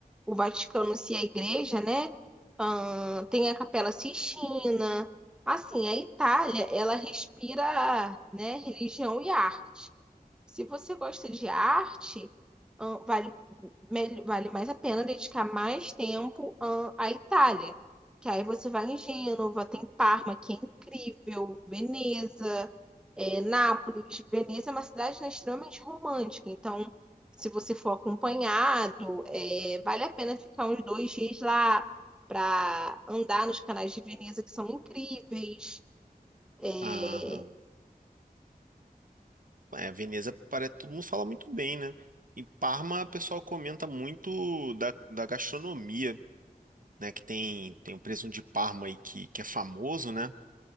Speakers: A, in the centre; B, on the right.
A: o Vaticano se é igreja, né? Ahn, tem a Capela Sistina. Assim, a Itália, ela respira, né, religião e arte. Se você gosta de arte, ahn, vale, mel- vale mais a pena dedicar mais tempo, ahn, à Itália. Que aí você vai em Gênova, tem Parma, que é incrível, Veneza. É, Nápoles, Veneza é uma cidade, né, extremamente romântica, então se você for acompanhado, é, vale a pena ficar uns dois dias lá para andar nos canais de Veneza que são incríveis. É,
B: Aham. É, Veneza, parece, todo mundo fala muito bem, né? E Parma, o pessoal comenta muito da, da gastronomia, né? Que tem, tem o presunto de Parma aí que, que é famoso, né?